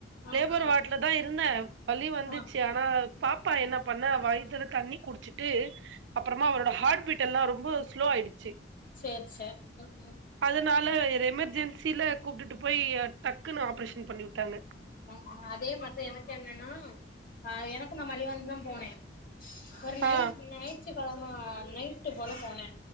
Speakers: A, on the left; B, on the right.
A: ஆ
B: லேபர்
A: ஆ
B: வாட்ல தா இருந்தே வலி வந்துச்சு
A: ஆ
B: ஆனா பாப்பா என்ன பண்ணா வயத்துல தண்ணி குடிச்சுட்டு அப்றமா அவளோட ஹாட்பீட்டல்லா ரொம்ப ஸ்லோ ஆயிடுச்சு
A: சேரி சேரி ம் ம்
B: அதனால எமெர்ஜென்சில கூப்டுட்டு போய் டக்குன்னு ஆப்ரேஷன் பண்ணி உட்டாங்க
A: அ ஆ அதே மாரிதா எனக்கு என்னன்னா ஆ எனக்கு நா வலி வந்துதா போனே ஒரு நைட்
B: ஆ
A: நைட் ழ்த்தி கெழம நைட்டு போல போனே